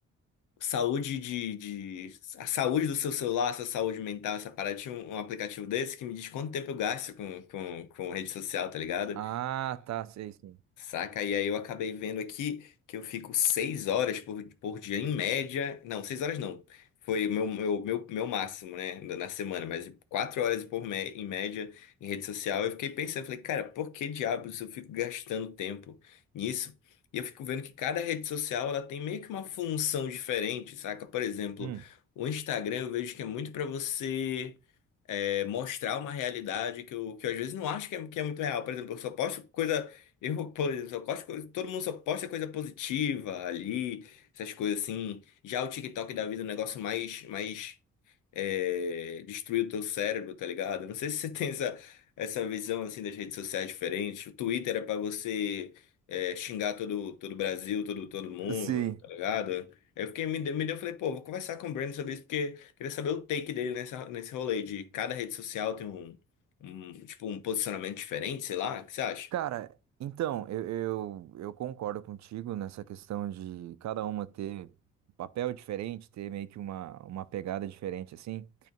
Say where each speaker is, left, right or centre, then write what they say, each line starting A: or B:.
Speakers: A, on the left (about 85°); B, on the right (about 65°).
A: saúde de, de... A saúde do seu celular, sua saúde mental, essa parada. Tinha um, um aplicativo desse que me diz quanto tempo eu gasto com, com, com rede social, tá ligado?
B: Ah, tá, sei, sim.
A: Saca? E aí eu acabei vendo aqui que eu fico seis horas por, por dia em média. Não, seis horas não. Foi o meu, meu, meu, meu máximo, né? Na na semana, mas quatro horas por mé- em média em rede social. Eu fiquei pensando, falei, cara, por que diabos eu fico gastando tempo nisso? E eu fico vendo que cada rede social ela tem meio que uma função diferente, saca? Por exemplo,
B: Hum,
A: o Instagram eu vejo que é muito para você é, mostrar uma realidade que eu, que eu às vezes não acho que é, que é muito real. Por exemplo, eu só posto coisa. <laughs> Eu, por exemplo, só posto coisa, todo mundo só posta coisa positiva ali, essas coisas assim. Já o TikTok da vida é um negócio mais, mais é, destruir o teu cérebro, tá ligado? Não sei se você <laughs> tem essa, essa visão assim das redes sociais diferentes. O Twitter é pra você é, xingar todo todo o Brasil, todo todo mundo,
B: Sim.
A: tá ligado? Aí eu fiquei me deu, me deu, falei, pô, vou conversar com o Brandon sobre isso porque queria saber o take dele nessa nesse rolê de cada rede social tem um, um tipo um posicionamento diferente, sei lá. O que você acha?
B: Cara, então, eu, eu, eu concordo contigo nessa questão de cada uma ter um papel diferente, ter meio que uma, uma pegada diferente, assim.